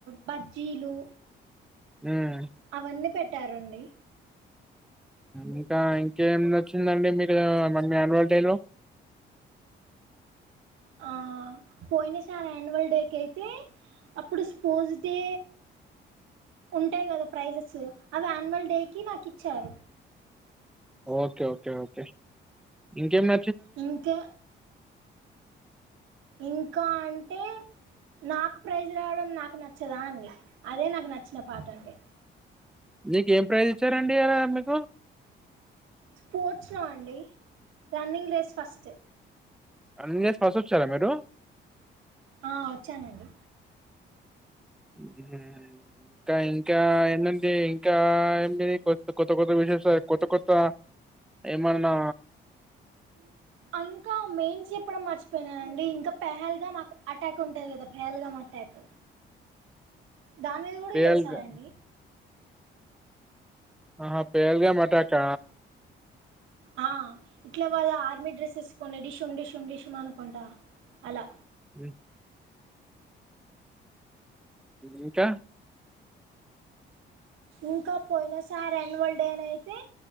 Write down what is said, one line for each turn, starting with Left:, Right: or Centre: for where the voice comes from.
Right: బజ్జీలు
Centre: ఉమ్
Right: అవన్నీ పెట్టారండి
Centre: ఇంకా ఇంకేం వచ్చిందండి మీకు మ యాన్వల్ డేలో <inaudible>
Right: ఆ పోయిన సార్ యాన్యువల్ డేకి అయితే అప్పుడు స్పోస్ డే ఉంటాయి కదా ప్రైజెస్ అవి యాన్యువల్ డేకి నాకు ఇచ్చారు
Centre: ఓకే ఓకే ఓకే ఇంకే మ
Right: ఇంకా ఇంకా అంటే నాకు ప్రైజ్ రావడం నాకు నచ్చదా అండి అదే నాకు నచ్చిన పాట అంటే
Centre: మీక ఏం ప్రైజ్ ఇచ్చారండి ఇలా మీకు
Right: స్పోర్ట్స్లో అండి running race first
Centre: running race first వచ్చారా మీరు
Right: ఆ వచ్చానండి
Centre: ఉమ్, ఇంకా ఇంకా ఏంటండి ఇంకా ఏ కొ కొత్త కొత్త విషేష కొత్త కొత్త ఏమన్నా
Right: ఇంకా మెయిన్ చెప్పడం మర్చి పోయినండి ఇంకా పెహల్గామ్ అటాక్ ఉంటుంది కదా పహల్గామ్ అటాక్ దాని మీద కూడా
Centre: పేల్గా
Right: చేసారండి
Centre: ఆహా ఫహెల్గమ్ ఎటాక్
Right: ఆ ఇట్లా వాళ్ళ ఆర్మీ డ్రెస్ ఆసుకో డిషం డిషం డిషమ్ అనుకుంటా అలా
Centre: హుహు ఇంకా
Right: ఇంకా పోయిన సార్ యాన్యువల్ డే అని అయితే